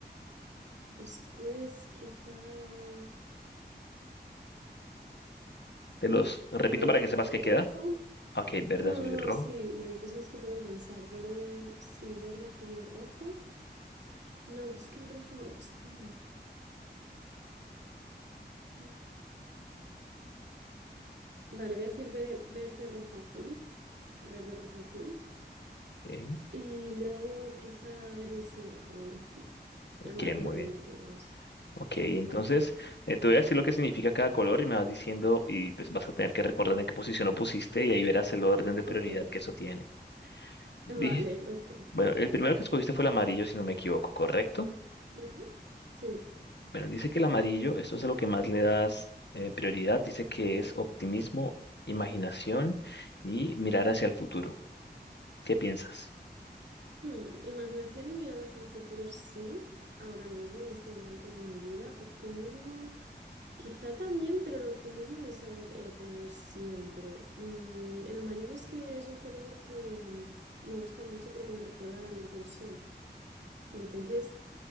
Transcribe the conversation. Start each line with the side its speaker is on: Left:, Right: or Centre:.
Right: Después quizá hmm,
Left: Te los repito
Right: verde,
Left: para que
Right: azul
Left: sepas qué
Right: y rojo.
Left: queda. Ok, verde,
Right: No,
Left: azul
Right: no,
Left: y
Right: no,
Left: rojo.
Right: sí, lo que pasa es que tengo que pensar, verde, sí, verde, azul y rojo. No, pero es que el rojo me gusta. mm, mm. Vale, voy a decir ve- verde, rojo, azul, verde, rojo, azul.
Left: Ok,
Right: Y luego quizá gris y marrón.
Left: ok,
Right: El marrón
Left: muy
Right: el
Left: bien.
Right: último es.
Left: Ok, entonces
Right: Mm,
Left: eh, te voy a decir lo que significa cada color y me vas diciendo y pues vas a tener que recordar en qué posición lo pusiste y ahí verás el orden de prioridad
Right: Ok,
Left: que eso tiene. Dije,
Right: <laughs> vale, ok.
Left: bueno, el primero que escogiste fue el amarillo, si no me equivoco, ¿correcto?
Right: Ujú, Sí.
Left: Bueno, dice que el amarillo, esto es a lo que más le das eh, prioridad, dice que es optimismo, imaginación y mirar hacia el futuro. ¿Qué piensas?
Right: Mm, Imaginación y mirar hacia el futuro, sí, ahora mismo, en este momento de mi vida. Optimismo. Quizá también, pero el optimismo no es algo que haya tenido siempre. Mm, el amarillo es que es un color que mm, me gusta mucho porque me recuerda a la luz del sol. Entonces,